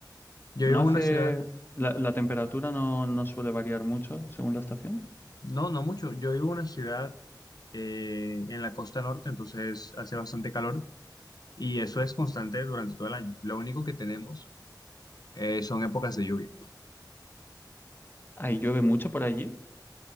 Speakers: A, on the left; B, on the left.
A: Yo
B: No
A: vivo
B: hace,
A: en una ciudad,
B: la, la temperatura no, no suele variar mucho según la estación.
A: no, no mucho, yo vivo en una ciudad eh, en la costa norte, entonces hace bastante calor y eso es constante durante todo el año. Lo único que tenemos eh, son épocas de lluvia.
B: Ahí llueve mucho por allí.